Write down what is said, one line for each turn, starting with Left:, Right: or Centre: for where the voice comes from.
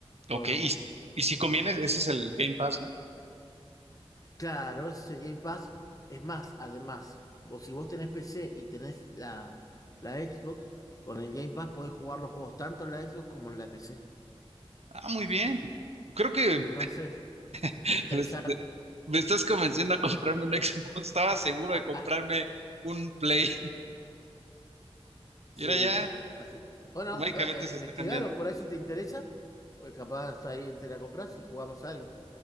Left: todos
Right: Ok,
Left: los
Right: y,
Left: meses.
Right: y si conviene, ese es el Game Pass, ¿no?
Left: Claro, ese Game Pass es más, además, o si vos tenés PC y tenés la, la Xbox, con el Game Pass podés jugar los juegos tanto en la Xbox como en la PC.
Right: Ah, muy bien. Creo que
Left: Entonces,
Right: <laughs>
Left: es interesante.
Right: les- me estás convenciendo a comprarme un <laughs> Xbox. Estaba
Left: <laughs>
Right: seguro de comprarme un Play. <laughs> Y
Left: Sí,
Right: ahora ya,
Left: así que. Bueno,
Right: mágicamente
Left: a ver,
Right: se
Left: eh, investigaros
Right: está cambiando.
Left: por ahí si te interesa, porque capaz ahí te la compras y jugamos algo.